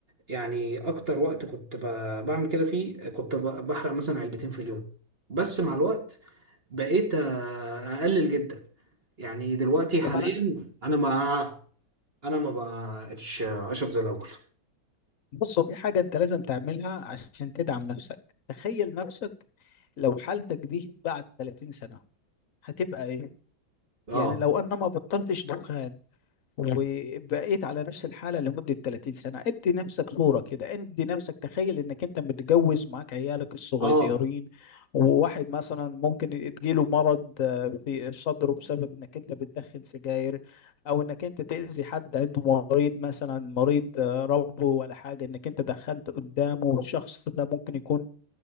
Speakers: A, on the right; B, on the left.
A: يعني اكتر وقت كنت ب- بعمل كده فيه كنت ب- بحرق مثلا علبتين في اليوم بس مع الوقت بقيت آه، اقلل جدا يعني دلوقتي حاليا
B: طب انا
A: انا ما انا ما بقتش اشرب زي الاول
B: بص هو في حاجه انت لازم تعملها عشان تدعم نفسك تخيل نفسك لو حالتك دي بعد 30 سنه هتبقى ايه
A: اه
B: يعني لو انا ما بطلتش دخان مم. وبقيت على نفس الحالة لمدة 30 سنة ادي نفسك صورة كده ادي نفسك تخيل انك انت متجوز معاك عيالك الصغيرين
A: اه
B: وواحد مثلا ممكن يجيله مرض آه، في صدره بسبب انك انت بتدخن سجاير او انك انت تأذي حد عنده مريض مثلا مريض آه، ربو ولا حاجة انك انت دخنت قدامه والشخص ده ممكن يكون